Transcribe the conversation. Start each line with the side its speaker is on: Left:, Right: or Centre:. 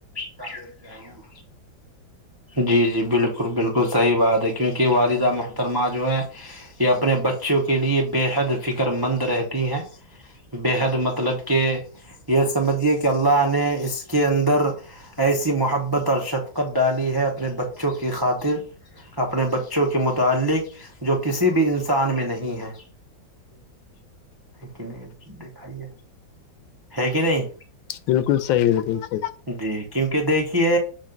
Right: سار جیں گے ہم جی جی بالکل بالکل صحیح بات ہے کیونکہ والدہ محترمہ جو ہے یہ اپنے بچوں کے لئے بے حد فکر مند رہتی ہیں بے حد مطلب کہ یہ سمجھیے کہ اللہ نے نے اس کے اندر ایسی محبت اور شفقت ڈالی ہے اپنے بچوں کی خاطر اپنے بچوں کے متعلق جو کسی بھی انسان میں نہیں ہے کہ نہیں دیکھائیے ہے کہ نہیں
Left: بالکل صحی بالکل صحی
Right: جی کیونکہ دیکھیے